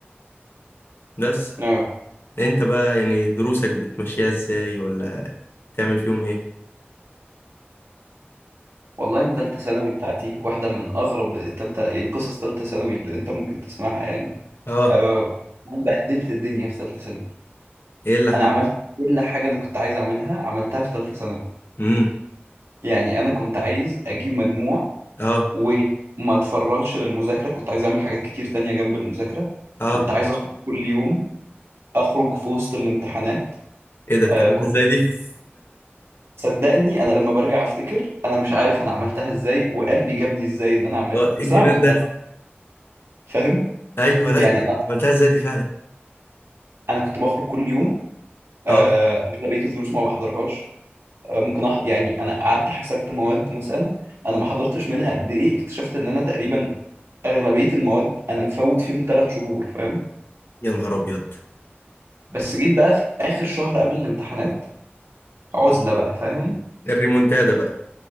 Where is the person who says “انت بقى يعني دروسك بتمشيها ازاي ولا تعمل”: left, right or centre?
Left